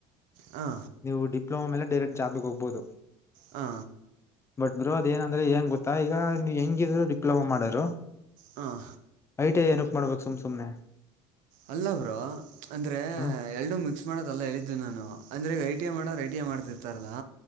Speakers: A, on the right; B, on the left.
A: ಹ್ಹಾ.
B: ನೀವು ಡಿಪ್ಲೋಮಾ ಮೇಲೆ ಡೈರೆಕ್ಟ್ ಜಾಬಿಗೆ ಹೋಗಬಹುದು.
A: ಹಾ
B: ಬಟ್ ಬ್ರೋ ಅದ ಏನಂದ್ರೆ ಹೆಂಗ ಗೊತ್ತಾ ಈಗ ನೀ ಹೆಂಗಿದ್ರು ಡಿಪ್ಲೊಮಾ ಮಾಡರು.
A: ಹಾಂ
B: ಐ ಟಿ ಐ ಏನಕ್ ಮಾಡ್ಬೇಕು ಸುಮ್ ಸುಮ್ಮನೆ.
A: ಅಲ್ಲ ಬ್ರೋ ಅಂದ್ರೆ
B: ಹ್ಮ್
A: ಎರಡು ಮಿಕ್ಸ್ ಮಾಡದ ಅಲ್ಲ ಹೇಳಿದ್ದು ನಾನು ಅಂದ್ರೆ ಐ ಟ ಐ ಮಾಡ ಟ ಮಾಡ್ತಿರ್ತಾರಲ್ಲಾ.